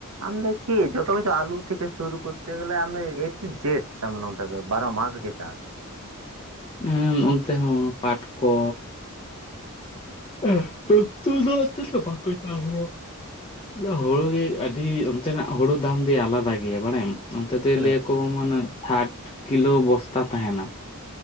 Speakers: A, on the right (about 70°); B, on the left (about 25°).
A: ᱟᱢ ᱫᱚ ᱪᱮᱫ ᱡᱚᱛᱚ ᱠᱤᱪᱷᱩ ᱟᱞᱩ ᱛᱷᱮᱠᱮ ᱥᱩᱨᱩ ᱠᱚᱨᱛᱮ ᱜᱮᱞᱮ ᱟᱢ ᱮᱴᱩ ᱡᱮᱴ ᱛᱟᱢᱟᱱᱼᱼ ᱵᱟᱨᱚ ᱢᱟᱥ ᱜᱮ ᱪᱟᱥ᱾
B: ᱩᱸ ᱚᱱᱛᱮ ᱦᱚᱸ ᱯᱟᱴ ᱠᱚᱼᱼ <unintelligible> ᱦᱩᱲᱩ ᱜᱮ ᱟᱹᱰᱤ ᱚᱱᱛᱮᱱᱟᱜ ᱦᱩᱲᱩ ᱫᱟᱢ ᱫᱚᱭᱟ ᱟᱞᱟᱫᱟ ᱜᱮᱭᱟ ᱵᱟᱲᱟᱭᱟᱢ? ᱚᱱᱛᱮ ᱫᱚᱭ
A: ᱛᱤᱱᱟᱹᱜ
B: ᱞᱟᱹᱭᱟ ᱠᱚ ᱢᱟᱱᱮ ᱥᱟᱴ ᱠᱤᱞᱳ ᱵᱚᱥᱛᱟ ᱛᱟᱦᱮᱱᱟ᱾